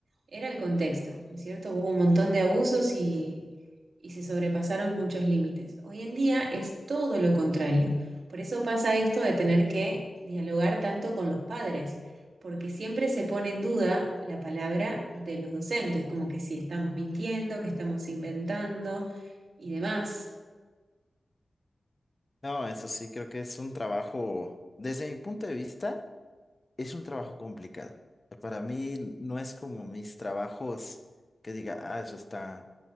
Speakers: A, on the right; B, on the left.
A: Era el contexto, ¿no es cierto? Hubo un montón de abusos y, y se sobrepasaron muchos límites. Hoy en día es todo lo contrario. Por eso pasa esto de tener que dialogar tanto con los padres, porque siempre se pone en duda la palabra de los docentes, como que si estamos mintiendo, que estamos inventando y demás.
B: No, eso sí, creo que es un trabajo, desde mi punto de vista. Es un trabajo complicado. Para mí no es como mis trabajos que diga, ah, eso está,